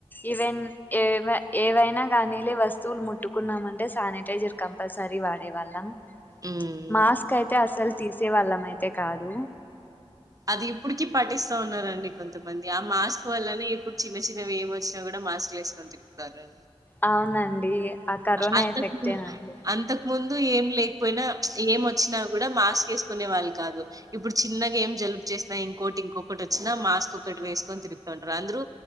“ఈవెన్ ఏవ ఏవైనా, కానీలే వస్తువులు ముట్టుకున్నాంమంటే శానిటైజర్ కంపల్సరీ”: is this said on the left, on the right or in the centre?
Left